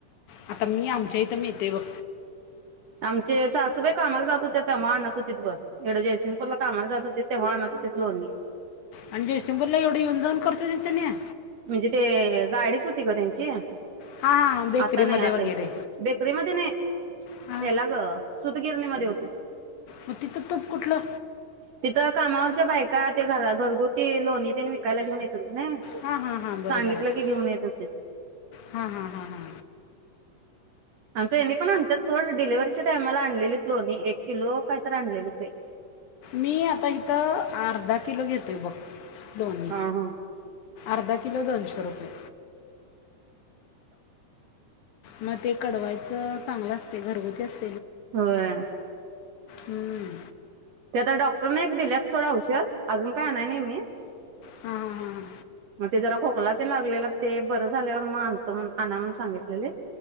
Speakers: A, on the left; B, on the right.
A: आता मी आमच्या इथं मिळतय बघ.
B: आमचे सासूबाई कामाला जात हो त्या तेव्हा आणत होत्या. तिकडं जयसिंगपूरला कामाला जात होतीत, तेव्हा आणत होते लोणी.
A: आणि जयसिंगपूरला एवढे येऊन जाऊन. करतो तिथे नाही
B: म्हणजे ते गाडीच होती, ग त्यांची
A: हां हां बेकरीमध्ये
B: आता नाही आता
A: वगैरे
B: येत बेकरी मध्ये नाही
A: हां
B: हेला ग सुतगिरणी मध्ये होती.
A: मग तिथं तूप कुठलं
B: तिथं कामावरच्या बायका ते घरात. घरगुती लोणी त्यांनी विकायला घेऊ येत. न,
A: हां हां हां बरोबर
B: सांगितलं
A: आहे
B: की घेऊन येतात ते.
A: हां हां हां हां
B: आमचं हेणि पण आणत्यात सोड, डिलिव्हीच्या टाइमाला आणलेलीत लोनी एक किलो काहीतर आणलेलीत बाई.
A: मी आता इथं अर्धा किलो घेतोय बघ. लोणी,
B: हा हा.
A: अर्धा किलो दोनशे रुपये. म ते कडवायचं चांगलं असतंय घरगुती अस्
B: होय.
A: हुं
B: ते आता डॉक्टरने एक दिल्यात सोड औषध आजून काय आणाय नाय मी
A: हं हं हं हं
B: म ते जरा खोकला तेन लागलेलं ते बरं झाल्यावर म आणतो म्हन आण म्हणून सांगितलेलीत.